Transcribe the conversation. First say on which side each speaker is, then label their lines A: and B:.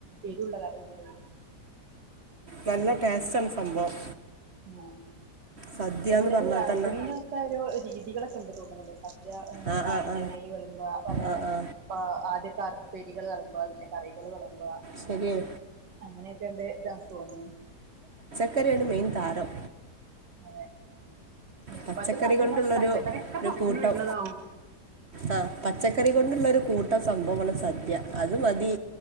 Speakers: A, on the right; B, on the right.
A: എരുള്ള കറിണ്ട്
B: നല്ല ടേസ്റ്റ് ആണ് സംഭവം
A: ഉ
B: സദ്യ
A: അതേപോലത്
B: എന്ന് പറഞ്ഞാൽ
A: വിളമ്പണീനൊക്കെ
B: തന്നെ
A: ഒരു രീതികളൊക്കെ ഉണ്ട് തോന്നുണല്ലേ സദ്യ
B: ആ
A: വായന്റെലൽ
B: ആ ആ
A: വിളമ്പാ പലേ
B: ആ ആ
A: പ്പ ആദ്യൊക്കെ പ്പേരികൾ വെളമ്പാ പിന്നെ കറികൾ വെളമ്പ
B: ശരിയെ
A: അങ്ങനെയൊക്കെ ഉണ്ട് ഇതാ തോന്നുന്നു
B: ക്കരെയാണ് മെയിൻ താരം
A: അതെ ഇപ്പത്തെ
B: പച്ചക്കറി
A: സദ്യ
B: കൊണ്ടുള്ളൊരു
A: നമ്മൾ പച്ചക്കറിയൊക്കെ
B: ഒരു
A: പൊറത്തന്ന്
B: കൂട്ടം
A: വരുന്നതാവും
B: ആ പച്ചക്കറി കൊണ്ടുള്ള ഒരു കൂട്ട സംഭവമാണ് സദ്യ അത് മതി